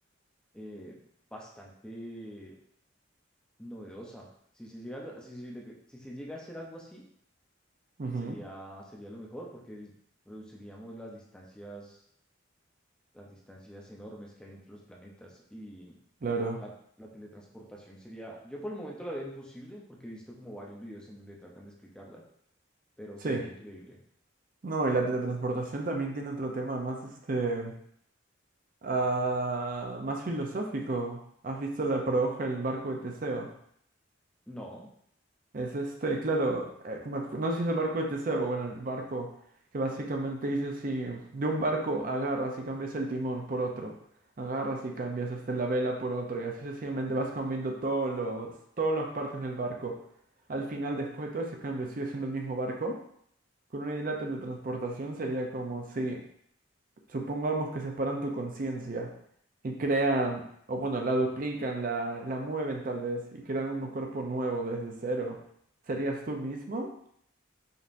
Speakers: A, in the centre; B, on the right.
A: eh, bastante novedosa. Si se llega, a lo- si, se le- si se llega a hacer algo así,
B: Ujú,
A: sería, sería lo mejor porque dis- reduciríamos las distancias, las distancias enormes que hay entre los planetas y
B: claro.
A: la, la teletransportación sería, yo por el momento la veo imposible porque he visto como varios videos en donde tratan de explicarla, pero
B: Sí.
A: sería increíble.
B: No, y la teletransportación también tiene otro tema más, este, ah, más filosófico. ¿Has visto la paradoja del barco de Teseo?
A: No,
B: Es este, claro, eh, me acu- no sé si es el barco de Teseo, bueno, el barco que básicamente dice si de un barco agarras y cambias el timón por otro, agarras y cambias este, la vela por otro, y así sencillamente vas cambiando todos los, todas las partes del barco. Al final, después de todo ese cambio, sigue siendo el mismo barco. Con una idea de teletransportación sería como si Supongamos que separan tu conciencia y crean, o bueno, la duplican, la, la mueven tal vez y crean un cuerpo nuevo desde cero. ¿Serías tú mismo?